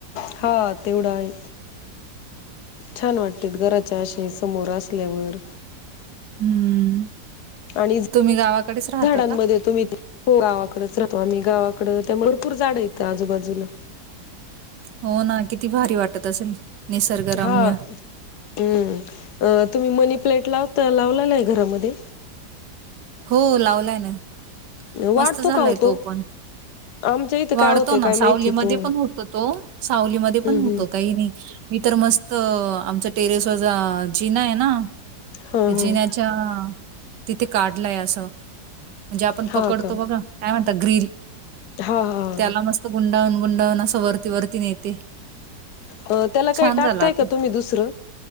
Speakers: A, on the left; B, on the right.
A: हा तेवढा हाय. छान वाटते घराच्या असे समोर असल्यावर
B: हम्म.
A: आणि
B: तुम्ही गावाकडेच राहता
A: झाडांमध्ये
B: का?
A: तुम्ही त गावाकडेच राहतो आम्ही. गावाकडं त्यामुळे भरपूर जाडं हायतं आजूबाजूला.
B: हो ना किती भारी वाट त असेल. निसर्गरम्य.
A: हा हम्म. अ तुम्ही मनी प्लॅट लावता लावलेला हाय घरामध्ये?
B: हो लावलाय ना.
A: वाढतो
B: मस्त झालाय
A: का होतो
B: तो पण.
A: आमच्या इथं
B: वाढतो
A: काय होतंय
B: ना
A: काय माहिती
B: सावलीमध्ये
A: तो
B: पण होतो तो सावलीमध्ये
A: हम्म
B: पण होतो काही नाही. मी तर मस्त आमच्या टेरेस व जिना आहे ना
A: हम्म
B: त्या जिन्याच्या तिथे काढलाय असं. म्हणजे आपण
A: हा
B: पकडतो
A: हा हा का
B: बघा? <unintelligible> तग्रील
A: हा हा
B: त्याला मस्त गुंडावन गुंड न नस वरती वरती नेत ते
A: हा त्याला काही
B: छान
A: टाकताय
B: झालात.
A: का तुम्ही दुसरं